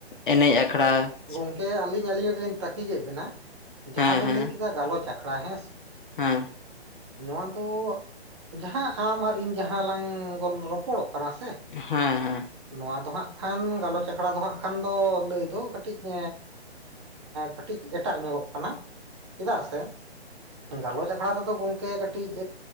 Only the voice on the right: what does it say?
ᱜᱚᱝᱠᱮ ᱟᱹᱞᱤᱧ ᱟᱹᱞᱤᱧ ᱠᱟᱹᱴᱤᱡ ᱞᱤᱧ ᱛᱟᱹᱠᱤᱡᱮᱫ ᱵᱮᱱᱟ ᱡᱟᱦᱟᱸ
ᱵᱮᱱ
ᱞᱟᱹᱭ ᱠᱮᱫᱟ ᱜᱟᱞᱚᱪ ᱟᱠᱷᱲᱟ ᱦᱮᱸᱥᱮ?
ᱱᱚᱣᱟ ᱫᱚ ᱡᱟᱦᱟᱸ ᱟᱢ ᱟᱨ ᱤᱧ ᱡᱟᱦᱟᱸ ᱞᱟᱝ ᱜᱚᱞ ᱨᱚᱯᱚᱲᱚᱜ ᱠᱟᱱᱟ ᱥᱮ
ᱱᱚᱣᱟ ᱫᱚ ᱦᱟᱸᱜ ᱠᱷᱟᱱ ᱜᱟᱞᱚᱪ ᱟᱠᱷᱲᱟ ᱫᱚ ᱦᱟᱸᱜ ᱠᱷᱟᱱ ᱫᱚ ᱞᱟᱹᱭ ᱫᱚ ᱠᱟᱹᱴ ᱠᱟᱹᱴᱤᱡ ᱠᱟᱹᱴᱤᱡ ᱮᱴᱟᱜ ᱧᱚᱜᱚᱜ ᱠᱟᱱᱟ ᱪᱮᱫᱟᱜ ᱥᱮ ᱜᱟᱞᱚᱪ ᱟᱠᱷᱲᱟ ᱨᱮᱫᱚ ᱜᱚᱝᱠᱮ ᱠᱟᱹᱴᱤᱡ